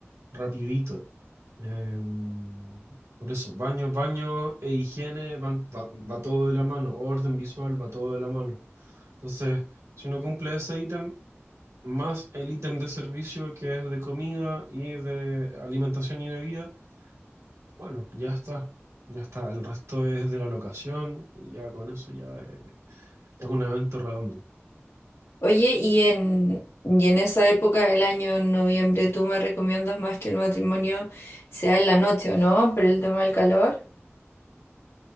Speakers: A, on the right (about 80°); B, on the left (about 65°).
A: rapidito. Em, por eso, baño, baño e higiene van, va, va todo de la mano, orden visual va todo de la mano. Entonces, si uno cumple ese ítem, más el ítem de servicio que es de comida y de alimentación y bebida, bueno, ya está, ya está. El resto es de la locación y ya con eso ya eh, es un evento redondo.
B: Oye, y en, y en esa época del año, en noviembre, ¿tú me recomiendas más que el matrimonio sea en la noche o no? Por el tema del calor.